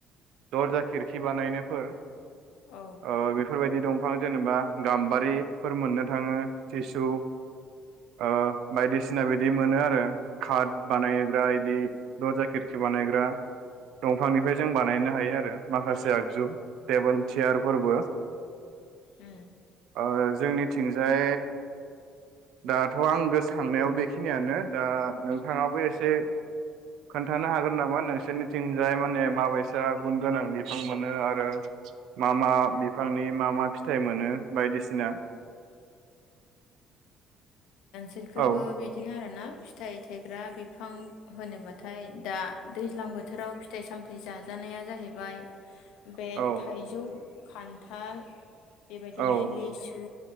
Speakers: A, on the right; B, on the left.
A: दरजा खिरखि बानायनायफोर
B: औ
A: ओ बेफोरबायदि दं बिफां जेनेबा गामबा रि फोर मोननो थांङो सिसु ओ बायदिसिना बिदि मोनो आरो खात बानायो दा इदि दरजा किरकि बानायग्रा दंफांनिफ्राय जों बानायनो हायो आरो माखासे आगजु तेबोल सियारफोरबो
B: औ
A: ओ जोंनिथिंजाय दाथ' आं गोसोखांनायाव बेखिनियानो दा नोंथाङाबो एसे खोन्थानो हागोन नामा नोंसोरनिथिंजाय माने माबैसा गुन गोनां बिफां मोनो आरो मा मा बिफांनि मा मा फिथाइ मोनो बायदिसिना?
B: बिखैबो
A: औ
B: बिदिनो आरोना फिथाइ थायग्रा बिफां होनोबाथाय दा दैज्लां बोथोराव फिथाइ सामथाइ जाजानाया जाहैबाय बे
A: औ
B: थाइजौ खान्थाल बेबायदिनो
A: औ
B: लिसु